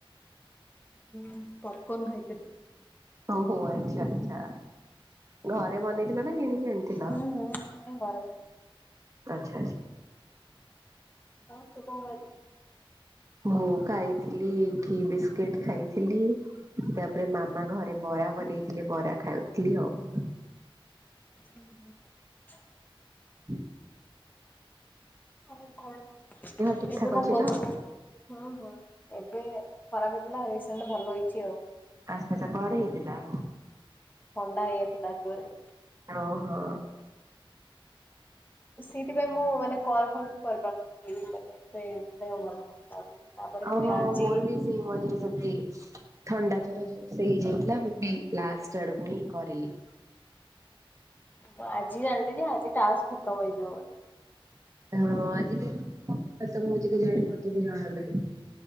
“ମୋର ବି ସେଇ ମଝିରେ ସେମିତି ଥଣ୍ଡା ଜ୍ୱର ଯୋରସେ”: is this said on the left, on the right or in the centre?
Right